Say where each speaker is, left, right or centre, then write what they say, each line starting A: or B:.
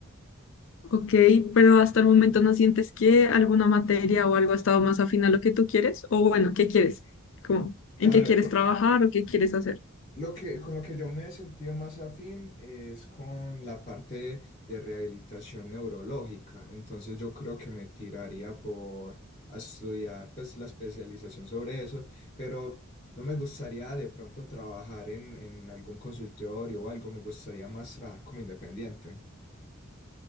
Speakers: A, on the left; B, on the left.
A: Ok, pero hasta el momento no sientes que alguna materia o algo ha estado más afín a lo que tú quieres, o bueno, ¿qué quieres? Como, ¿en
B: A
A: qué
B: ver,
A: quieres
B: por-
A: trabajar o qué quieres hacer?
B: Lo que, con lo que yo me he sentido más afín es con la parte de rehabilitación neurológica. Entonces yo creo que me tiraría por a estudiar pues la especialización sobre eso, pero no me gustaría de pronto trabajar en, en algún consultorio o algo, me gustaría más trabajar como independiente.